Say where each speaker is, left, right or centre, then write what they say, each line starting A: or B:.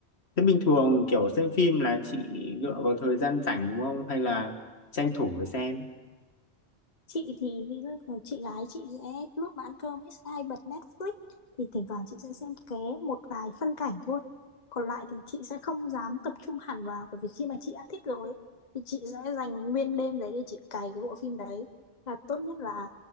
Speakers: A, on the left; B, on the left.
A: thế bình thường kiểu xem phim là chị dựa vào thời gian rảnh đúng không hay là tranh thủ để xem
B: chị thì ví dụ như chị gái chị sẽ lúc mà ăn cơm ấy sẽ hay bật Netflix thì thỉnh thoảng chị sẽ xem ké một vài phân cảnh thôi còn lại thì chị sẽ không dám tập trung hẳn vào bởi vì khi mà chị đã thích rồi ấy, thì chị sẽ dành nguyên đêm đấy để chị cày cái bộ phim đấy là tốt nhất là